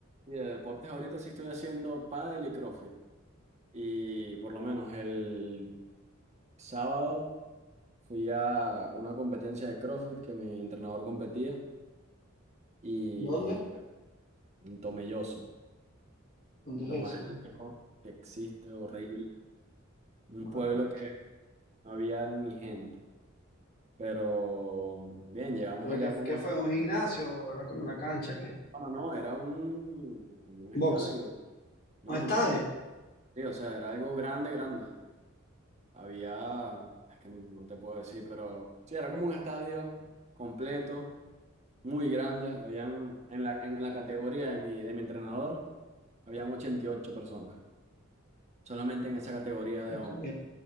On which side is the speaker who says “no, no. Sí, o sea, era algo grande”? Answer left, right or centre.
Right